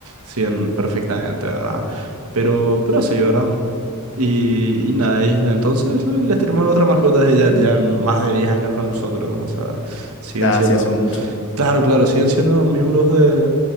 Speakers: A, on the right; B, on the left.
A: siguen perfectamente, ¿verdad? Pero, pero así, ¿verdad? Y, y nada, y desde entonces le- les tenemos otra mascota de ya, ya más de 10 años con nosotros, o sea, siguen
B: ya,
A: siendo...
B: sí hace mucho.
A: Claro, claro, siguen siendo miembros de,